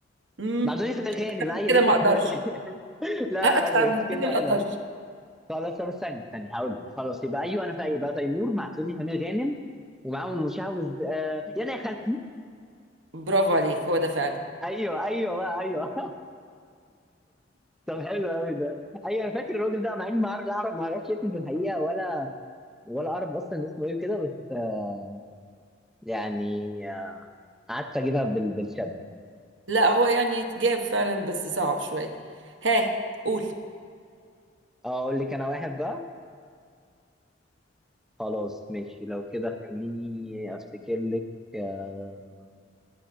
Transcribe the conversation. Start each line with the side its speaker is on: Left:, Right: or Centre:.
Right: امم
Centre: مع دنيا سمير غانم
Right: اكتر
Centre: ايوه
Right: من كده
Centre: دنيا
Right: ما
Centre: سمير
Right: اقدرش
Centre: غانم <laughs> لا
Right: اكتر
Centre: لا مش
Right: من
Centre: كده
Right: كده ما
Centre: حلو
Right: اقدرش
Centre: خلاص طب استني استني هقول لك خلاص يبقى ايوه انا فايق بقى تيمور مع دنيا سمير غانم ومعاهم المشعوذ آه، يانا يا خالتي
Right: برافو عليك هو ده فعلا
Centre: ايوه ايوه بقى ايوه <laughs> طب حلو قوي ده ايوه انا فاكر الراجل ده مع اني ما اعرف لا أعرف- ما اعرفش اسمه في الحقيقه ولا ولا اعرف اصلا اسمه ايه كده بس آه، يعني آه، قعدت اجيبها بال- بالشبه
Right: لا هو يعني يتجاب فعلا بس صعب شوية ها قول
Centre: اه اقول لك انا واحد بقى خلاص ماشي لو كده خليني افتكر لك آه،